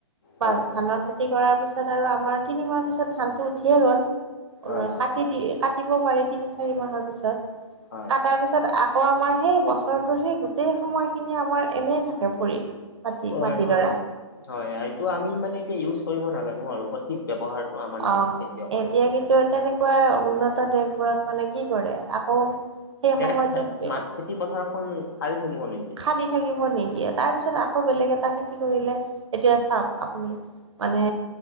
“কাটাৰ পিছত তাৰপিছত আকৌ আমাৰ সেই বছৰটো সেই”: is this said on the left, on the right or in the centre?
Right